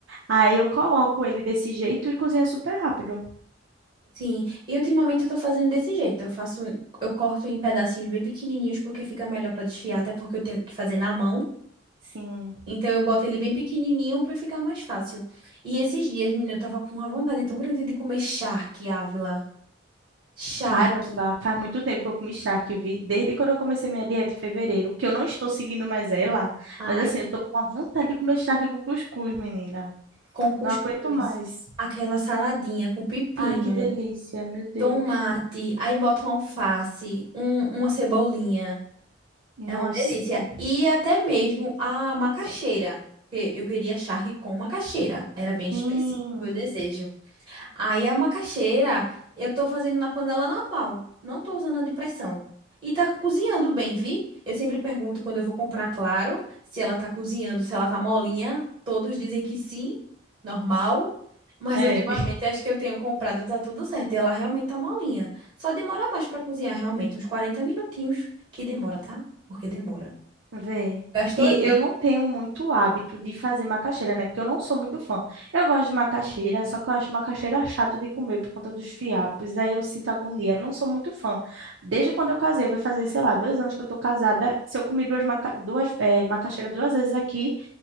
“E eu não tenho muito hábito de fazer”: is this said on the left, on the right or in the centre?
Right